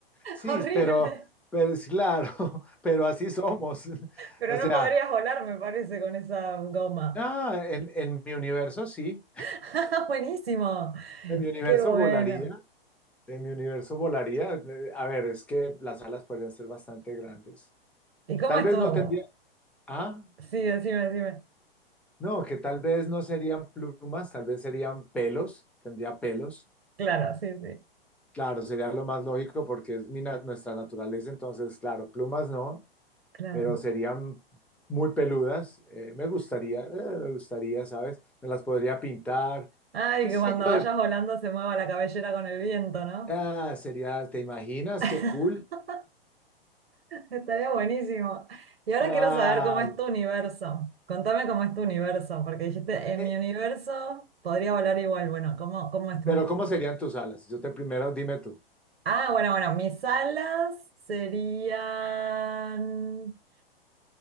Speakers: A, in the centre; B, on the right (about 80°).
A: Sí,
B: horrible,
A: pero, pero es claro, <laughs> pero así somos. <laughs>
B: pero
A: O
B: no
A: sea,
B: podrías volar, me parece, con esa goma.
A: ah, en, en mi universo sí,
B: <laughs> Buenísimo,
A: <laughs> en mi universo
B: qué bueno.
A: volaría. En mi universo volaría. Eh, A ver, es que las alas podrían ser bastante grandes.
B: ¿Y cómo
A: Tal
B: estuvo?
A: vez no tendría Ah,
B: Sí, decime, decime.
A: no, que tal vez no serían plumas, tal vez serían pelos, tendría pelos.
B: Claro, sí, sí,
A: Claro, sería lo más lógico porque es mi na- nuestra naturaleza, entonces, claro, plumas no,
B: claro.
A: pero serían muy peludas. Eh, me gustaría, eh, me gustaría, ¿sabes? Me las podría pintar,
B: Ay,
A: qué
B: que
A: sé
B: cuando
A: yo.
B: vayas
A: de-
B: volando se mueva la cabellera con el viento, ¿no?
A: ah, sería, ¿te imaginas?
B: <laughs>
A: Qué cool.
B: Estaría buenísimo. Y ahora
A: Claro.
B: quiero saber cómo es tu universo. Contame cómo es tu universo, porque dijiste, en
A: Eh,
B: mi universo podría volar igual. Bueno, ¿cómo, cómo es tu
A: pero
B: universo?
A: ¿cómo serían tus alas? Yo te primero, dime tú.
B: Ah, bueno, bueno, mis alas serían